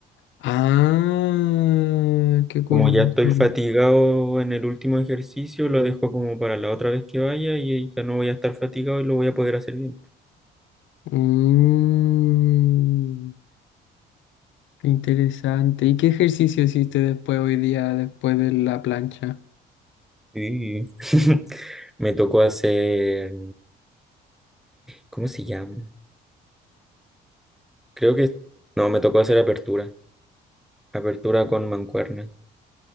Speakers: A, on the left; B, in the centre.
A: Ah, qué curioso.
B: Como ya estoy fatigado en el último ejercicio, lo dejo como para la otra vez que vaya y ya no voy a estar fatigado y lo voy a poder hacer bien.
A: Mm, interesante. ¿Y qué ejercicio hiciste después hoy día, después de la plancha?
B: Y <laughs> me tocó hacer, ¿cómo se llama? Creo que, no, me tocó hacer apertura, apertura con mancuernas.